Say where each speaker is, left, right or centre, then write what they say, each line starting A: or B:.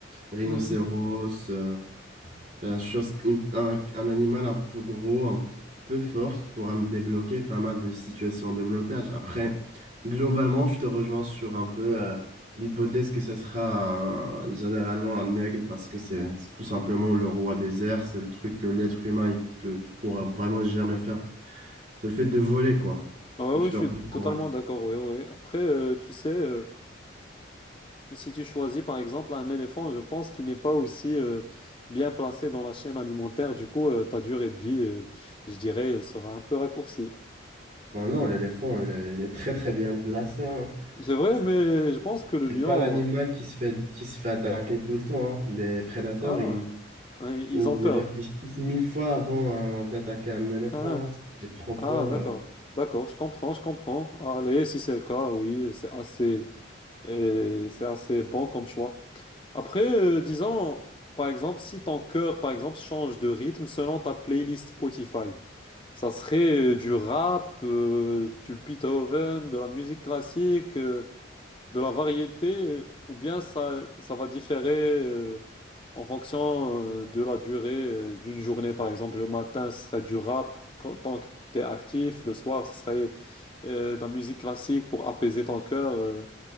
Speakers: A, on the right (about 40°); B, on the left (about 25°).
A: rhinocéros,
B: mhm.
A: euh, Euh, chose, une- un, un animal un peu gros, un peu fort, qui pourra me débloquer pas mal de situations de blocage. Après, globalement, je te rejoins sur un peu euh, l'hypothèse que ce sera un- généralement un aigle parce que c'est c'est tout simplement le roi des airs. C'est le truc que l'être humain il peut, pourra vraiment jamais faire. C'est le fait de voler, quoi.
B: Ah Ouais,
A: Je
B: ouais,
A: te
B: je
A: rejoins.
B: suis
A: en
B: totalement
A: vrai.
B: d'accord. Ouais, ouais. Après, euh, tu sais, euh, si tu choisis par exemple un éléphant, je pense qu'il n'est pas aussi euh, bien placé dans la chaîne alimentaire. Du coup, euh, ta durée de vie, euh, je dirais, elle sera un peu raccourcie.
A: Bon, non, l'éléphant, il est, il est très très bien placé. hein.
B: C'est vrai,
A: C'est
B: mais je pense que le
A: c'est
B: lion.
A: pas l'animal qui se fait, qui se fait attaquer tout le temps. hein. Les prédateurs,
B: Ah,
A: ils
B: hein, ils
A: Et Ils
B: ont peur.
A: réfléchissent mille fois avant euh, d'attaquer un éléphant.
B: Ah,
A: Il est trop fort.
B: ah, d'accord.
A: euh.
B: D'accord, je comprends, je comprends. Allez, si c'est le cas, oui, c'est assez, et c'est assez bon comme choix. Après, euh, disons, par exemple, si ton cœur, par exemple, change de rythme selon ta playlist Spotify, ça serait euh, du rap, euh, du Beethoven, de la musique classique. euh, de la variété ou bien ça, ça va différer euh, en fonction euh, de la durée euh, d'une journée. Par exemple, le matin, ce serait du rap quand, tant que tu es actif. Le soir, ce serait euh, de la musique classique pour apaiser ton cœur. euh.